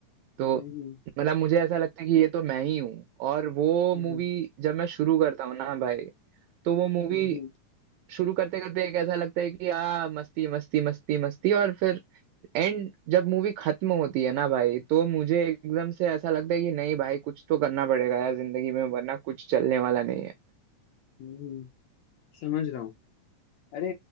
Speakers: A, on the right; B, on the left.
A: तो
B: हम्म
A: मतलब मुझे ऐसा लगता है कि ये तो मैं ही हूँ और वो
B: हम्म
A: मूवी जब मैं शुरू करता हूँ ना भाई तो वो मूवी
B: हम्म हम्म
A: शुरू करते करते एक ऐसा लगता है कि आ मस्ती मस्ती मस्ती मस्ती और फिर एंड जब मूवी खत्म होती है ना भाई तो मुझे एकदम से ऐसा लगता है कि नहीं भाई कुछ तो करना पड़ेगा यार जिंदगी में वरना कुछ चलने वाला नहीं है
B: हम्म, हम्म, समझ रहा हूँ अरे